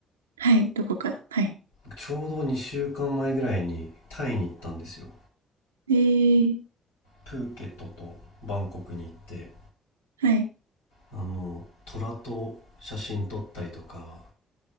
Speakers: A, on the right; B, on the left.
A: はい。どこかはい。
B: 僕ちょうど2週間前ぐらいにタイに行ったんですよ。
A: えー、
B: プーケットとバンコクに行って、
A: はい。
B: あの、虎と写真撮ったりとか、